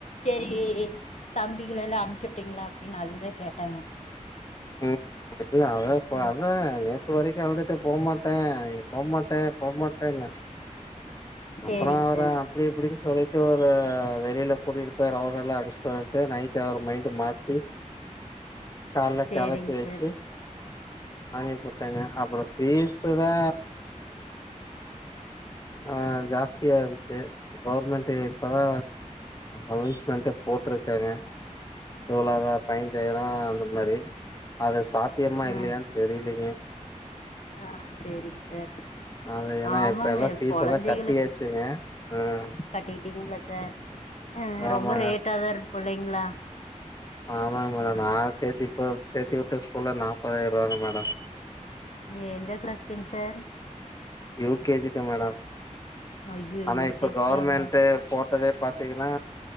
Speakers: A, on the left (about 60°); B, on the left (about 30°).
A: செரி தம்பிகளைல்லா அம்ச்சுட்டீங்ளா அப்டின்னு அதுதா கேட்டங்க
B: ம் இல்ல அதான் ப
A: ம்
B: அதான நேத்து வரைக்கு அழுதுட்டு போமாட் ட போமாட்ட போமாட்ட ல
A: சேரிங்
B: அப்பற அவர
A: சார்
B: அப்டி இப்டின் சொல்லிட் டு ஒரு வெளியில கூட்டிட்டு போய் ரவுண்டுல்லா அடிச்ட்டு வந்டு நைட்டு அவர் மைண்டு மாத்தி
A: <inaudible>
B: கால்ல
A: சேரிங்
B: கெளப்பி வச்சி
A: சார்
B: நானே போட்டங்க அப்பறம் பீஸு தா ஆ ஜாஸ்தியா இருந்ச்சு கவர்மெண்டு இப்பதா அனௌன்ஸ்மென்ட் போ போட்ருக்காங்க இவ்ளோதா பைன்ஜாயிரோ அந்த மாரி ஆகஸ்ட் சாத்தியமா
A: ஆ
B: இல்லையான் தெரிலீங்க
A: ஆ செரி தெ
B: அது ஏன்னா
A: ஆமாங்க
B: இப்ப எல்லா ஃபீஸ்
A: கொழந்தைகளுக்
B: எல்லா கட்டியாச்சுங்க ம்
A: கட்டிட்டீங்கள சார் அ
B: ஆமாங்க
A: ரொம்ப ரேட்டாதா இருக்கும் புள்ளைங்ளா
B: ஆமாங்க மேடம் நா சேத்தி இப்ப சேத்தி விட்ட ஸ்கூல்ல நாப்பதாயிர ரூவாங்க மேடம்
A: ங்கய எந்த கிளாஸ்குங் சார்
B: யூ கே ஜி க்குங்க மேடம்
A: ஐயோ
B: ஆனா
A: யூகேஜிக்கு
B: இப்ப கவர்மெண்டு
A: அவ்ளோ
B: போட்டதே பாத்தீங்கன்னா